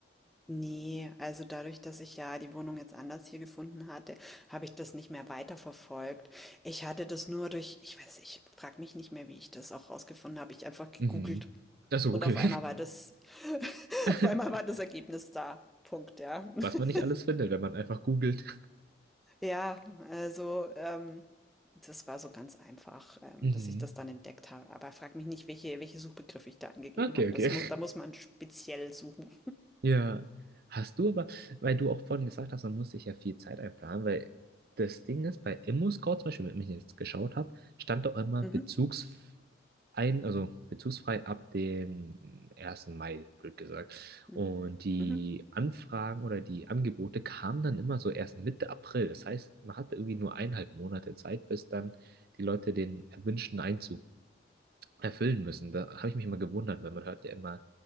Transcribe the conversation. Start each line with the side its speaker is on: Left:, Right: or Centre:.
Centre: ne. Also, dadurch, dass ich ja die Wohnung jetzt anders hier gefunden hatte, habe ich das nicht mehr weiterverfolgt. Ich hatte das nur durch ich weiß ich frage mich nicht mehr, wie ich das auch rausgefunden habe. Ich einfach gegoogelt
Right: Mhm. Achso,
Centre: und
Right: okay.
Centre: auf einmal war das <laughs>
Right: <laughs>
Centre: auf einmal war das Ergebnis da. Punkt, ja. <laughs>
Right: Was man nicht alles findet, wenn man einfach googelt.
Centre: Ja, also, ähm, das war so ganz einfach, ähm,
Right: Mhm.
Centre: dass ich das dann entdeckt habe. Aber frag mich nicht, welche welche Suchbegriffe ich da angegeben
Right: Okay,
Centre: habe.
Right: okay.
Centre: Das muss da muss man speziell suchen.
Right: Ja, hast du aber, weil du auch vorhin gesagt hast, man muss sich ja viel Zeit einplanen, weil das Ding ist, bei ImmoScout zum Beispiel, wenn ich jetzt geschaut habe, stand doch immer
Centre: Mhm.
Right: bezugs ein, also bezugsfrei ab dem ersten Mai, blöd gesagt.
Centre: Mhm.
Right: Und die
Centre: Mhm.
Right: Anfragen oder die Angebote kamen dann immer so erst Mitte April. Das heißt, man hatte irgendwie nur eineinhalb Monate Zeit, bis dann die Leute den erwünschten Einzug erfüllen müssen. Da habe ich mich immer gewundert, weil man hört ja immer,